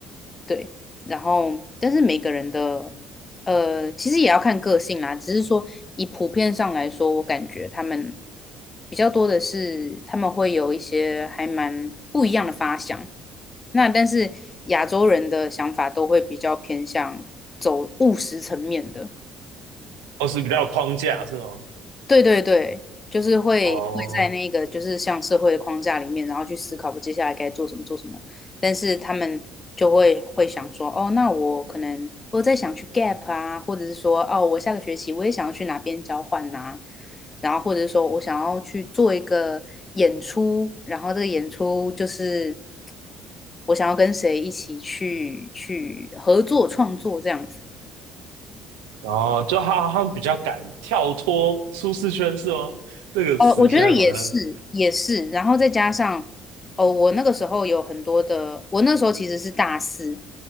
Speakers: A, on the left; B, on the right.
A: 对，然后但是每个人的呃，其实也要看个性啦。只是说以普遍上来说，我感觉他们比较多的是他们会有一些还蛮不一样的发想。那但是亚洲人的想法都会比较偏向走务实层面的，
B: 哦是比较有框架是吗？
A: 对对对，就是会会在那个就是像社会的框架里面，
B: 哦
A: 然后去思考我接下来该做什么做什么。但是他们就会会想说，哦，那我可能我在想去 gap 啊，或者是说，哦，我下个学期我也想要去哪边交换呐、然后或者是说我想要去做一个演出，然后这个演出就是我想要跟谁一起去去合作创作这样子。
B: 哦，就他他们比较敢跳脱舒适圈是吗？这个词现在好像。
A: 呃，我觉得也是，也是，然后再加上，哦，我那个时候有很多的，我那时候其实是大四